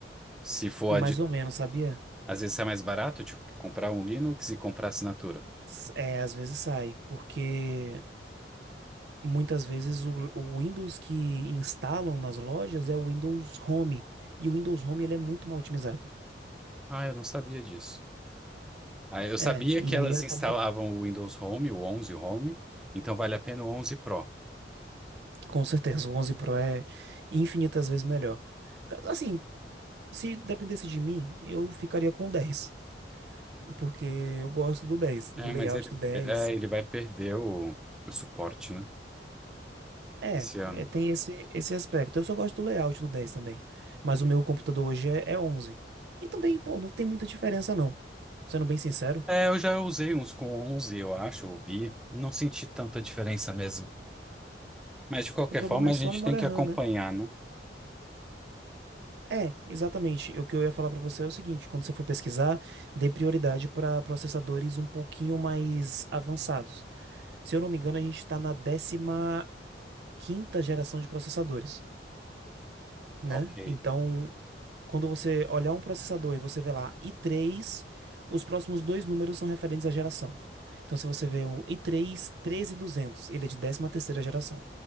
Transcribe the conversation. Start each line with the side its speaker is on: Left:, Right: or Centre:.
Centre: Se for
Right: Mais ou menos, sabia?
Centre: Às vezes é mais barato, tipo, comprar um Linux e comprar assinatura.
Right: S- É, às vezes sai, porque. muitas vezes o, o Windows que instalam nas lojas é o Windows Home. E o Windows Home ele é muito mal otimizado.
Centre: Ah, eu não sabia disso. Ah, eu
Right: É,
Centre: sabia
Right: e
Centre: que elas
Right: aí acaba.
Centre: instalavam o Windows Home, o 11 Home, então vale a pena o 11 Pro.
Right: Com certeza, o 11 Pro é infinitas vezes melhor. Ca- Assim, se dependesse de mim, eu ficaria com o 10. Porque eu gosto do 10, do
Centre: É,
Right: layout
Centre: mas ele,
Right: do 10.
Centre: é, é, ele vai perder o, o suporte, né?
Right: É,
Centre: Esse ano.
Right: é, tem esse, esse aspecto. Eu só gosto do layout do 10 também. Mas o meu computador hoje é, é 11. E também, pô, não tem muita diferença não. Sendo bem sincero,
Centre: É, eu já usei uns com 11, eu acho, ouvi. Não senti tanta diferença mesmo. Mas de qualquer
Right: o problema
Centre: forma,
Right: é
Centre: a
Right: só
Centre: gente
Right: a memória
Centre: tem que
Right: RAM,
Centre: acompanhar,
Right: né?
Centre: né?
Right: É, exatamente. O que eu ia falar pra você é o seguinte, quando você for pesquisar, dê prioridade para processadores um pouquinho mais avançados. Se eu não me engano, a gente está na décima quinta geração de processadores, né?
Centre: Ok.
Right: Então, quando você olhar um processador e você vê lá i3, os próximos dois números são referentes à geração. Então, se você vê um i3 13200, ele é de décima terceira geração.